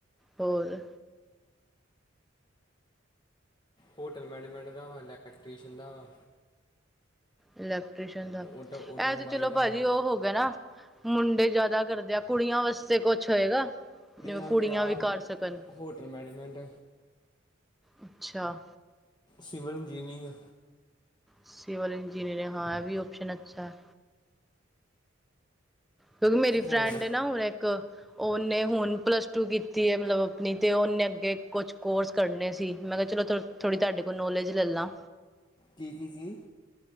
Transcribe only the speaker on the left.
ਹੋਟਲ ਮੈਨੇਜਮੈਂਟ ਦਾ ਵਾ, ਇਲੈਕਟ੍ਰੀਸ਼ਨ ਦਾ ਵਾ
ਆਟੋ ਆਟੋਮੋਬਾਈਲ
ਦਾ
ਵਾ।
ਵਾਸਤੇ
ਆ
ਹੋ-
ਹੋਟਲ ਮੈਨੇਜਮੈਂਟ
Civil engineering.
ਹੋਰ
ਜੀ-ਜੀ-ਜੀ